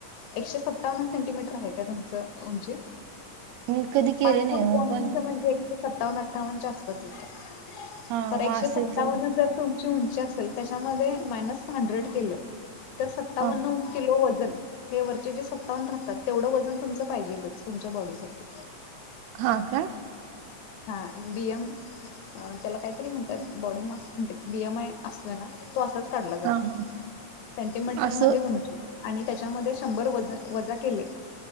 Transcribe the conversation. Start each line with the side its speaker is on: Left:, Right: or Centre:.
Left: एकशे सत्तावन्न सेंटीमीटर आहे काय तुमचं? उंची
Right: मी कधी केले
Left: पाच
Right: नाही
Left: फूट दोन
Right: हो पण
Left: इंच म्हणजे सत्तावन्न अठ्ठावनच्या आसपास येतयं
Right: हा
Left: तर
Right: मग
Left: एकशे
Right: असेल
Left: सत्तावन्न
Right: तेवढं
Left: जर तुमची उंची असेल त्याच्यामधे मायनस हंडरेड केल तर सत्तावन्न
Right: हा
Left: किलो वजन हे वरचे जे सत्तावन्न राहतात तेवढं वजन तुमचं पाहिजेलच तुमच्या बॉडी साठी.
Right: हा काय?
Left: हा बि एम त्याला काहीतरी म्हणतात body mass index B M I असतोय ना तो असाच काढला
Right: हा
Left: जातोय
Right: हा
Left: सेंटीमीटर
Right: असं
Left: मध्ये उंची आणि त्याच्यामध्ये शंभर वज वजा केले